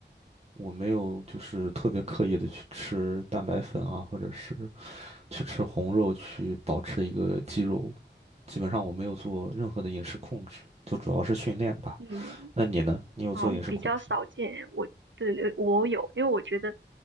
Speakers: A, on the right; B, on the right.
A: 我没有，就是特别刻意的去吃蛋白粉啊，或者是去吃红肉去保持一个肌肉，基本上我没有做任何的饮食控制，就主要是训练吧。
B: 嗯。
A: 那你呢？你有做饮食控制吗？
B: 哦，比较少见。我对对，我有，因为我觉得，